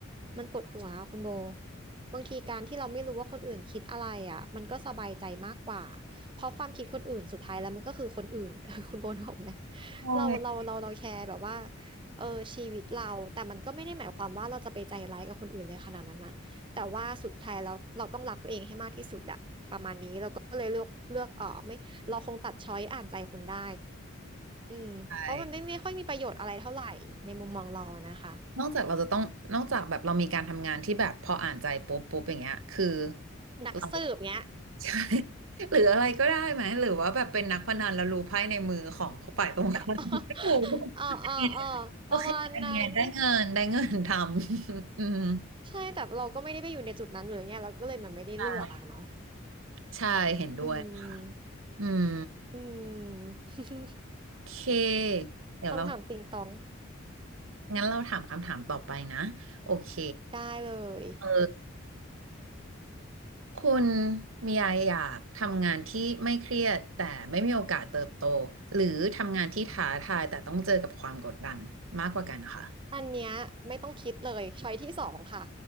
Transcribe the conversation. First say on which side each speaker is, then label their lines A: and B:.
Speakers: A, on the right; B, on the right.
A: มันปวดหัวคุณโบบางทีการที่เราไม่รู้ว่าคนอื่นคิดอะไรอ่ะมันก็สบายใจมากกว่าเพราะความคิดคนอื่นสุดท้ายแล้วมันก็คือคนอื่น <laughs> คุณโบนึกออกไหม
B: ใช่
A: เราเราเราเราแคร์แบบว่าเออชีวิตเรา แต่มันก็ไม่ได้หมายความว่าเราจะไปใจร้ายกับคนอื่นเลยขนาดนั้นนะแต่ว่าสุดท้ายเราเราต้องรักตัวเองให้มากที่สุดอะประมาณนี้เราก็เลยเลือกเลือกออกไม่เราคงตัดช้อยอ่านใจคนได้อืมเพราะมันไม่ไม่ค่อยมีประโยชน์อะไรเท่าไหร่ในมุมมองเราอะนะคะ
B: ใช่นอกจากเราจะต้องนอกจากแบบเรามีการทำงานที่แบบพออ่านใจปุ๊บปุ๊บอย่างเงี้ยคือ
A: นักสืบเนี้ย
B: เรา <laughs> ใช่ <laughs> หรืออะไรก็ได้ไหมหรือว่าแบบเป็นนักพนันแล้วรู้ไพ่ในมือของฝ่ายตรงข้าม
A: <laughs>
B: <laughs> ไม่ถูก
A: อ่าอ่าอ่าประมาณนั้น
B: อันเนี้ยโอเคอันเนี้ยได้เงินได้เงินทำ <laughs> อืม
A: ใช่แต่เราก็ไม่ได้ไปอยู่ในจุดนั้นอยู่แล้วไงเราก็เลยมันไม่ได้เลือกอะเนาะ
B: ใช่ใช่เห็นด้วย
A: อืม
B: อืม
A: อืม <laughs>
B: โอเคเดี๋ยวเรา
A: คำถามติงตอง
B: งั้นเราถามคำถามต่อไปนะโอเค
A: ได้เลย
B: เออ คุณมียาอยากทำงานที่ไม่เครียดแต่ไม่มีโอกาสเติบโตหรือทำงานที่ท้าทายแต่ต้องเจอกับความกดดันมากกว่ากันค่ะ
A: อันเนี้ยไม่ต้องคิดเลยช้อยที่สองค่ะ